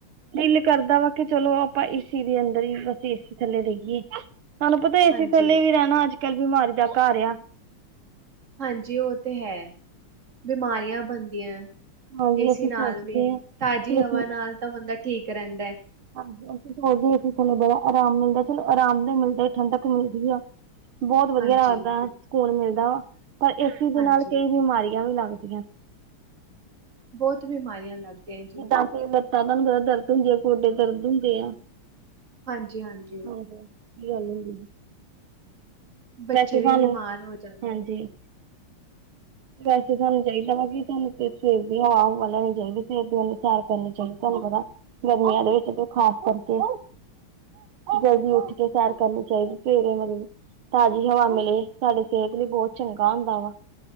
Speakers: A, on the right (about 75°); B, on the right (about 35°).
A: ਦਿਲ ਕਰਦਾ ਵਾ ਕਿ ਚਲੋ ਆਪਾਂ ਏੀ ਦੇ ਅੰਦਰ ਹੀ ਬਸ ਏ ਥੱਲੇ ਰਹੀਏ। ਤੁਹਾਨੂੰ ਪਤਾ ਅਸੀ
B: ਹਾਂਜੀ
A: ਥੱਲੇ ਵੀ ਰਹਿਣਾ ਅੱਜ ਕੱਲ੍ਹ ਬਿਮਾਰੀ ਦਾ ਘਰ ਆ
B: ਹਾਂਜੀ, ਉਹ ਤੇ ਹੈ ਬਿਮਾਰੀਆਂ ਬਣਦੀਆਂ।
A: ਹਾਂਜੀ
B: ਏਸੀ
A: ਅਸੀਂ
B: ਨਾਲ
A: ਸੋਚਦੇ
B: ਵੀ
A: ਹਾਂ ਕਿ
B: ਤਾਜ਼ੀ ਹਵਾ
A: ਅਸੀਂ
B: ਨਾਲ ਤਾਂ ਬੰਦਾ ਠੀਕ ਰਹਿੰਦਾ ਹੈ।
A: ਹਾਂਜੀ, ਅ ਅਸੀਂ ਚੱਲੋ ਬੜਾ ਆਰਾਮ ਮਿਲਦਾ ਚਲੋ ਆਰਾਮ ਨਾਲ ਮਿਲਦਾ ਠੰਡਕ ਮਿਲਦੀ ਆ ਬਹੁਤ ਵਧੀਆ
B: ਹਾਂਜੀ
A: ਲੱਗਦਾ ਸਕੂਨ ਮਿਲਦਾ ਵਾ ਪਰ ਇਸ ਚੀਜ਼ ਦੇ
B: ਹਾਂਜੀ
A: ਨਾਲ ਕਈ ਬਿਮਾਰੀਆਂ ਵੀ ਲੱਗਦੀ। ਚ
B: ਬਹੁਤ ਬਿਮਾਰੀਆਂ ਲੱਗਦੀਆਂ ਜੀ
A: ਜਿੱਦਾਂ ਫ ਬੱਤਾ ਤੁਹਾਨੂੰ ਕਦਾ ਦਰਦ ਹੁੰਦੀ ਆ ਗੋਡੇ ਦਰਦ ਹੁੰਦੇ ਆ ਹ
B: ਹਾਂਜੀ ਹਾਂਜੀ
A: ਕੀ ਗੱਲ ਹੁੰਦੀ ਜੀ,
B: ਬੱਚੇ
A: ਵੈਸੇ
B: ਵੀ
A: ਸਾਨੂੰ
B: ਬਿਮਾਰ ਹੋ ਜਾਂਦੇ
A: ਹਾਂਜੀ। ਵੈਸੇ ਸਾਨੂੰ ਚਾਹੀਦਾ ਵਾ ਕਿ ਸਾਨੂੰ ਸਫ ਦੀ ਹਵਾ ਹਵਾ ਲੈਣੀ ਚਾਹੀਦੀ ਸਿਫਤ ਦੀ ਵੱਲ ਤਿਆਰ ਕਰਨੀ ਚਾਹੀਦੀ ਤੁਹਾਨੂੰ ਪਤਾ। ਗਰਮੀਆਂ ਦੇ ਵਿੱਚ ਤੇ ਖ਼ਾਸ ਕਰਕੇ। ਜਲਦੀ ਉੱਠ ਕੇ ਸੈਰ ਕਰਨੀ ਚਾਹੀਦੀ ਸਵੇਰੇ ਮਤਲਬ ਤਾਜ਼ੀ ਹਵਾ ਮਿਲੇ ਸਾਡੇ ਸਿਹਤ ਲਈ ਬਹੁਤ ਚੰਗਾ ਹੁੰਦਾ ਵਾ